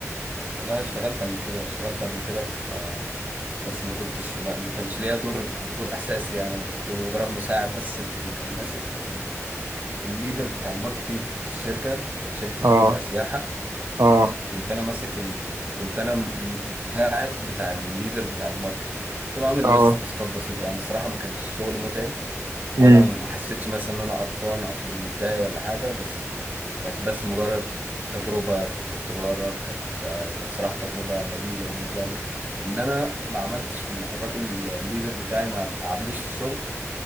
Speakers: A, on the right; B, on the right.
A: لا اشتغلت قبل كده اشتغلت قبل كده في بس ما كنتش ما, ما كانش ليا دور دور اساسي يعني انا كنت مجرد مساعد بس اللي كان ماسك ال... الليدر بتاع الماركتينج في الشركه كانت شركه
B: اه
A: آه، سياحه
B: اه
A: كنت انا ماسك ال... كنت انا م- مساعد بتاع الليدر بتاع الماركتينج كنت بعمل
B: اه
A: بس تاسكات بسيطه يعني الصراحه ما كانش شغل متعب ولا
B: امم
A: ما حسيتش مثلا ان انا قرفان او متضايق ولا حاجه بس كانت بس مجرد تجربه كنت كنت بجرب كانت كانت صراحه تجربه لذيذه بالنسبه لي ان انا ما عملتش م- الراجل الليدر بتاعي ما ما تعبنيش في الشغل